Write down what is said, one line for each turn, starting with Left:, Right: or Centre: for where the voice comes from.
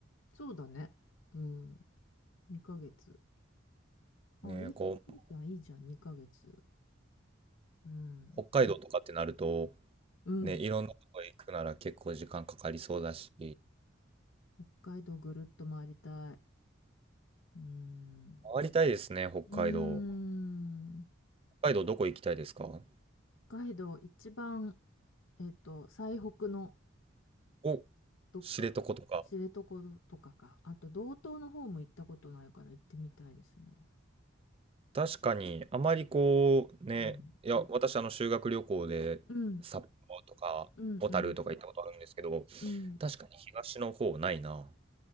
Left: そうだね。うん。2ヶ月。あ、
Right: ね、
Left: いい、
Right: こう、
Left: いいじゃん、いいじゃん、2ヶ月。うん。
Right: 北海道とかってなると、
Left: うん。
Right: ね、いろんなとこ行くなら結構時間かかりそうだし、
Left: 北海道ぐるっと回りたい。うーん。
Right: 回りたいですね、北海道。
Left: うーん。
Right: 北海道どこ行きたいですか
Left: 北海道一番えっと、最北の
Right: お、
Left: どっか、
Right: 知床とか。
Left: 知床とかか、あと道東の方も行ったことないから行ってみたいですね。
Right: 確かに、あまりこう、ね、
Left: うん。
Right: いや、私、あの、修学旅行で札幌とか小樽とか行ったことあるんですけど、
Left: うん、うん、うん、うん。
Right: 確かに東の方ないな。